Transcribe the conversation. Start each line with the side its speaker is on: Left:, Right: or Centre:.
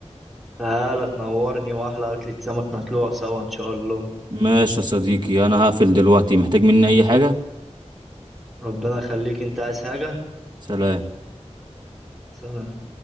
Centre: تعالى تنورني واحلى اكله سمك نطلعها سوا ان شاء الله
Right: ماشي يا صديقي أنا هقفل دلوقتي محتاج مني أي حاجة
Centre: ربنا يخليك انت عايز حاجه
Right: سلام
Centre: سلام